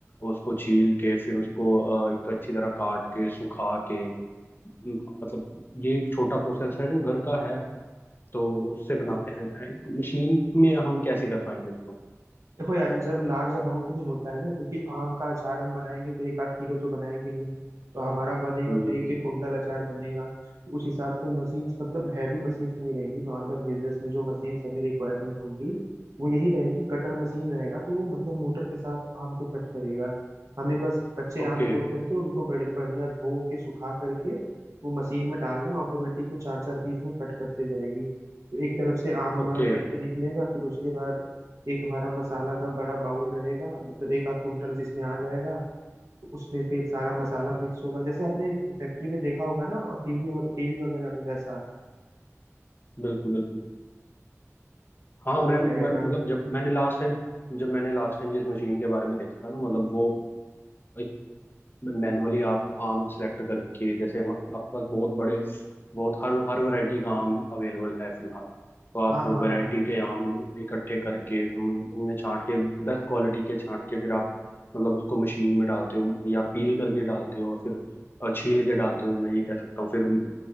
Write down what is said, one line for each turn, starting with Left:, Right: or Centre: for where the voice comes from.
Left: उसको छील के फिर उसको अ, एक अच्छी तरह काट के सुखा के म, मतलब ये एक छोटा प्रोसेस है जो घर का है तो उससे बनाते हैं एक मशीन में हम कैसे कर पाएंगे उसको
Right: देखो यार जब लार्ज अमाउंट में होता है ना क्योंकि आम का अचार हम बनाएंगे तो एक आध किलो तो बनाएंगे नहीं तो हमारा बनेगा
Left: हम्म
Right: तो
Left: हम्म
Right: एक
Left: हम्म।
Right: एक कुंटल अचार बनेगा तो उस हिसाब से मशीन्स मतलब हैवी मशीन्स नहीं रहेंगी नॉर्मल बिजनेस में जो मशीन्स हमें रिक्वायरमेंट होंगी वो यही रहेंगी कटर मशीन रहेगा तो वो मतलब मोटर के साथ आम को कट करेगा हमें बस कच्चे
Left: Okay
Right: आम तोड़ करके उनको बड़े बढ़िया धो के सुखा करके वो मशीन में डालना है ऑटोमेटिक वो चार चार पीस में कट करते जाएगी तो एक तरफ से आम हमारा
Left: okay
Right: कट के निकलेगा फिर उसके बाद एक हमारा मसाला का बड़ा बाउल रहेगा मतलब एक आध कुंटल जिसमें आ जाएगा तो उसमें फिर सारा मसाला मिक्स होगा जैसे आपने फैक्ट्री में देखा होगा ना और टीवी टीवी वगैरह में वैसा
Left: बिल्कुल बिल्कुल हाँ
Right: तो
Left: मैं,
Right: वही
Left: मैं
Right: रहेगा
Left: मतलब जब मैंने लास्ट टाइम जब मैंने लास्ट टाइम जिस मशीन के बारे में देखा था ना मतलब वो एक मैनुअली आप आम सेलेक्ट करके जैसे हम आपके पास बहुत बड़े बहुत हर हर वैरायटी का आम अवेलेबल है फिलहाल तो आप
Right: हाँ हाँ
Left: वैरायटी के आम इकट्ठे करके फिर उन- उनमें छांट के बेस्ट क्वालिटी के छांट के फिर आप मतलब उसको मशीन में डालते हो या पील करके डालते हो फिर अ, छील के डालते हो मैं ये कह सकता हूँ फिर